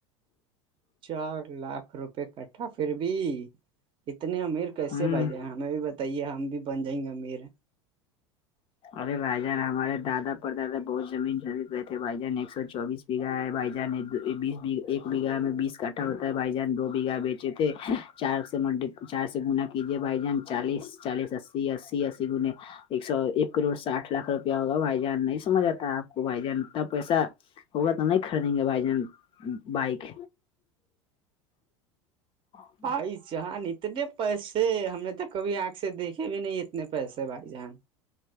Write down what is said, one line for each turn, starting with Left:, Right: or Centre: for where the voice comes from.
Right: چار لاکھ روپے کٹھا پھر بھی اتنی امیر کیسے
Left: ہوں
Right: بھائی جان ہمیں بھی بتائیے ہم بھی بن جائیں گے امیر
Left: ارے بھائی جان ہمارے دادا پر دادا بہت زمین جم گئے تھے بھائی جان ایک سو چوبیس بیگہا ہے بھائی جان بیس بیا ایک بیگہ میں بیس کٹھا ہوتا ہے بھائی جان دو بیگھہ بیچے تھے چار سے منڈ چار سے گنا کیجیے بھائی جان چالیس چالیس اسی اسی اسی گنے ایک سو ایک کروڑ ساٹھ لاکھ روپیہ ہوگا بھائی جان نہیں سمجھ آتا آپ کو بھائی جان اتنا پیسہ ہوگا تو نہیں خریدیں گے بھائی جان بائک ج
Right: بھائی جان اتنے پیسے ہمیں تو کبھی آنکھ سے دیکھے بھی نہیں اتنے پیسے بھائی جان